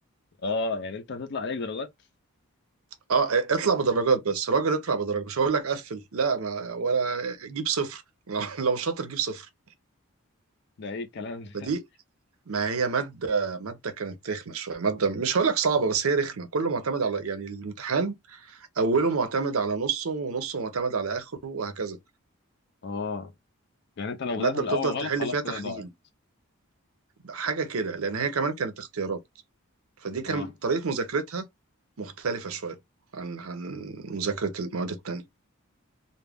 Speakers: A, on the left (about 50°); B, on the right (about 70°).
A: اه يعني انت هتطلع عليك درجات
B: اه اطلع بدرجات بس راجل اطلع بدرجة مش هقول لك قفل لا ما ولا جيب صفر <laughs> لو لو شاطر جيب صفر
A: ده ايه الكلام ده
B: فدي ما هي مادة مادة كانت رخمة شوية مادة مش هقول لك صعبة بس هي رخمة كله معتمد على يعني الامتحان أوله معتمد على نصه ونصه معتمد على آخره وهكذا
A: <laughs> اه يعني انت لو بدأت
B: مادة
A: من الاول
B: بتفضل
A: غلط
B: تحل
A: خلاص
B: فيها تحليل
A: كده ضاعت
B: حاجة كده لأن هي كمان كانت اختيارات فدي كان
A: اه
B: طريقة مذاكرتها مختلفة شوية عن عن مذاكرة المواد التانية